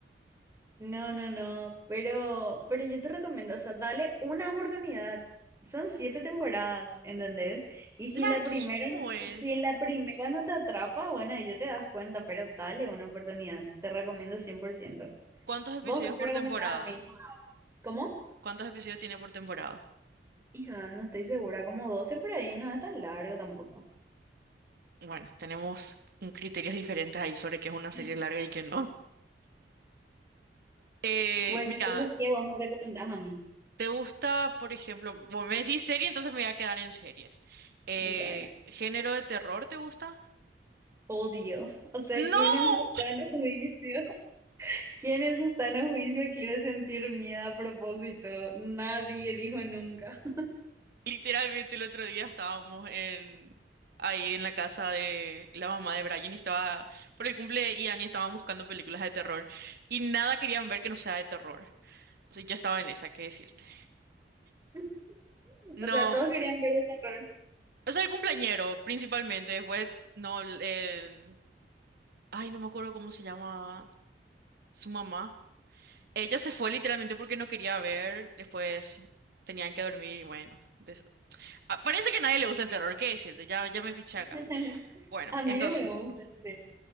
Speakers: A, on the right; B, on the right.
A: No, no, no, pero, pero yo te recomiendo, o sea, dale una oportunidad. Son siete temporadas, ¿entendés? Y si
B: Larguísimo
A: la primera,
B: es.
A: si la primera no te atrapa, bueno, ahí ya te das cuenta, pero dale una oportunidad. Te recomiendo 100%.
B: ¿Cuántos episodios
A: ¿Vos qué me
B: por
A: recomendás
B: temporada?
A: a mí? ¿Cómo?
B: ¿Cuántos episodios tiene por temporada?
A: Hija, no estoy segura, como 12 por ahí, no es tan largo tampoco.
B: Bueno, tenemos mm, criterios diferentes ahí sobre qué es una serie
A: <laughs>
B: larga y qué no. Eh,
A: Bueno,
B: mira,
A: entonces, ¿qué vos me recomendás a mí?
B: ¿te gusta, por ejemplo, vos me decís serie, entonces me voy a quedar en series. Eh,
A: Dale.
B: ¿género de terror te gusta?
A: Odio. O sea,
B: ¡No!
A: ¿quién en su sano juicio? ¿Quiénes están a juicio quiere sentir miedo a propósito? Nadie dijo nunca.
B: Literalmente el otro día estábamos en ahí en la casa de la mamá de Brian y estaba por el cumple de Ian y estaban buscando películas de terror y nada querían ver que no sea de terror. O sea, yo estaba en esa, ¿qué decirte?
A: <laughs>
B: No,
A: O sea, todos querían ver de terror.
B: o sea, el cumpleañero principalmente, después no el- ay, no me acuerdo cómo se llama su mamá. Ella se fue literalmente porque no quería ver, después tenían que dormir y bueno. des- Ah, Parece que a nadie le gusta el terror, ¿qué decirte? Ya, ya me piché
A: <laughs>
B: acá. Bueno,
A: A mí
B: entonces,
A: no me gusta ese.